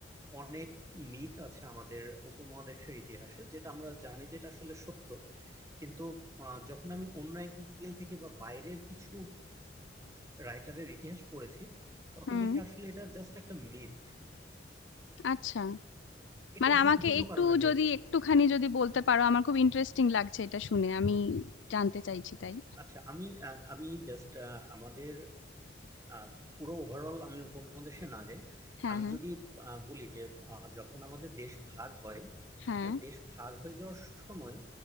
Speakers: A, on the right (about 15°); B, on the left (about 85°).
A: অনেক মিথ আছে আমাদের উপমহাদেশের ইতিহাসে যেটা আমরা জানি যেটা আসলে সত্য কিন্তু আহ, যখন আমি অন্য অ্যাঙ্গেল থেকে বা বাইরের কিছু রাইটারের ইতিহাস পড়েছি তখন
B: হুম
A: দেখি আসলে এটা জাস্ট একটা মিথ
B: আচ্ছা
A: এটা
B: মানে
A: বিভিন্ন
B: আমাকে একটু
A: কারণে হয়েছে
B: যদি একটুখানি যদি বলতে পারো আমার খুব ইন্টারেস্টিং লাগছে এটা শুনে আমি জানতে চাইছি তাই
A: আচ্ছা আমি আহ, আমি জাস্ট আমাদের আহ, পুরো ওভারঅল আমি উপমহাদেশে না যাই
B: হ্যাঁ
A: আমি
B: হ্যাঁ
A: যদি আহ, বলি যে আহ, যখন আমাদের দেশ ভাগ হয়
B: হ্যাঁ
A: হ্যাঁ দেশ ভাগ হয়ে যাওয়ার সময়